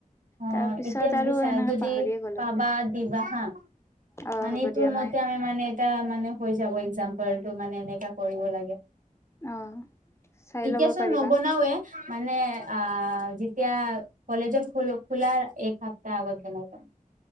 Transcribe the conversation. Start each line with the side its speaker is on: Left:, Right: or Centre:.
Right: অঁ
Left: তাৰ পিছত
Right: এতিয়া বিচাৰি
Left: আৰু এনেকে
Right: যদি
Left: পাহৰিয়ে গ'লো
Right: পাবা দিবা হা।
Left: অ
Right: মানে
Left: হ'ব
Right: এইটোৰ
Left: দিয়া
Right: মতে
Left: মই
Right: আমি মানে এটা মানে হৈ যাব এক্জাম্পলটো মানে এনেকা কৰিব লাগে। এতিয়া
Left: অ চাই ল'ব
Right: চোন
Left: পাৰিবা
Right: নবনাওৱে। মানে আ যেতিয়া কলেজৰ খ খোলাৰ এক সপ্তাহ আগত তেনেকুৱা।